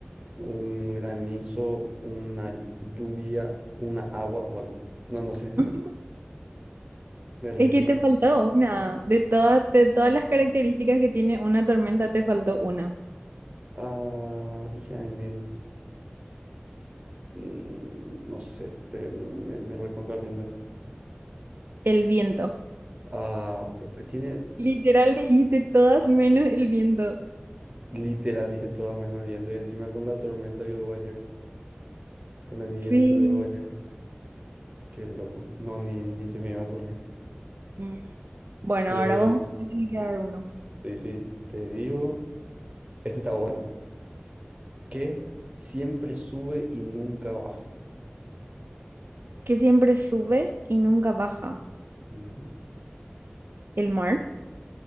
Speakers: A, on the right; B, on the right.
A: Un granizo, una lluvia, una agua. Bueno, no, no sé.
B: <laughs>
A: <laughs> Me rindo.
B: Es que te faltó una. De todas, de todas las características que tiene una tormenta, te faltó una.
A: Ah, hija de mil. Mm, No sé. te- me, me recontra rindo.
B: El viento.
A: Ah, pr- tiene
B: Literal me dijiste todas menos el viento.
A: literal, dije todo menos el viento. Y encima con la tormenta que hubo ayer. Con el viento
B: Sí.
A: que hubo ayer. Qué loco. No, ni, ni se me iba a ocurrir.
B: Mm. Bueno,
A: Eh,
B: ahora vos me tenés que dar uno.
A: sí, sí, te digo. Este está bueno. Que siempre sube y nunca baja.
B: Que siempre sube y nunca baja.
A: Ujú.
B: ¿El mar?